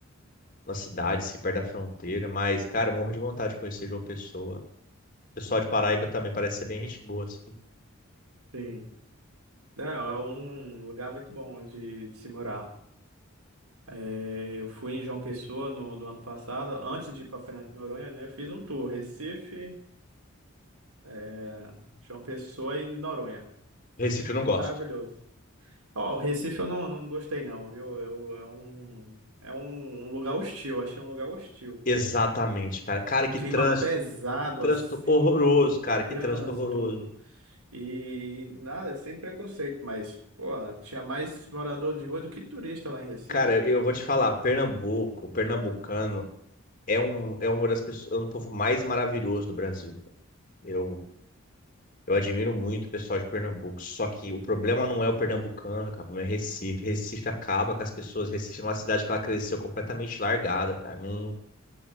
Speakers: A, on the left; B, on the right.
A: numa cidade, assim, perto da fronteira. Mas, cara, eu morro de vontade de conhecer João Pessoa. O pessoal de Paraíba também parece ser bem gente boa. assim.
B: Sim. Não, é um lugar muito bom de, de se morar. É, eu fui em João Pessoa no, do ano passado, antes de ir para Fernando de Noronha, né? Eu fiz um tour, Recife, é, João Pessoa e Noronha.
A: Recife eu
B: É
A: não gosto.
B: maravilhoso. Ó, o Recife eu não, não gostei não, viu? Eu, é um, é um, um lugar hostil, achei um lugar hostil.
A: Exatamente, cara. Cara,
B: Um
A: que
B: clima
A: trânsito.
B: pesado
A: Que trânsito
B: assim,
A: horroroso,
B: um
A: cara. Que
B: trânsito
A: trânsito horroroso.
B: e nada, sem preconceito, mas, pô, tinha mais morador de rua do que turista lá em Recife,
A: Cara,
B: pô.
A: eu vou te falar, Pernambuco, pernambucano é um é uma das pessoas, é um povo mais maravilhoso do Brasil, cara. Eu eu admiro muito o pessoal de Pernambuco, só que o problema não é o pernambucano, cara, o problema é Recife. Recife acaba com as pessoas. Recife é uma cidade que ela cresceu completamente largada, cara. Não